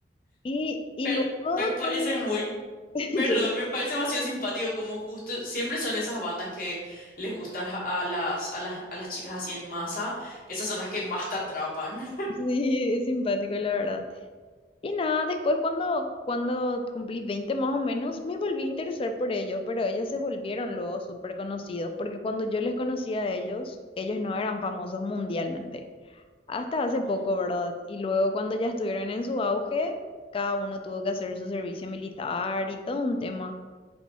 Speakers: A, on the left; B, on the left.
A: Y, y
B: pero
A: luego
B: me parece
A: cuando...
B: muy,
A: <laughs>
B: perdón,
A: que-
B: me parece demasiado simpático como justo siempre son esas bandas que les gustan a a las a las a las chicas así en masa, esas son las que más te atrapan.
A: sí, es simpático, la verdad. Y nada, después cuando, cuando cumplí 20 más o menos, me volví a interesar por ellos, pero ellos se volvieron luego súper conocidos, porque cuando yo les conocí a ellos, ellos no eran famosos mundialmente. hasta hace poco,
B: Mm.
A: ¿verdad? Y luego cuando ya estuvieron en su auge, cada uno tuvo que hacer su servicio militar y todo un tema,